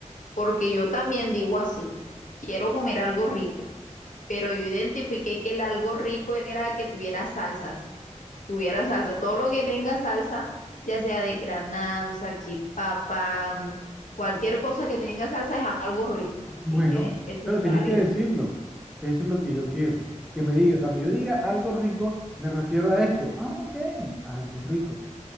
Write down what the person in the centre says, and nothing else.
Bueno,
pero
tienes que decirlo. Eso es lo que yo quiero. Que me diga, cuando yo diga algo rico, me refiero a esto. Ah, ok, algo rico.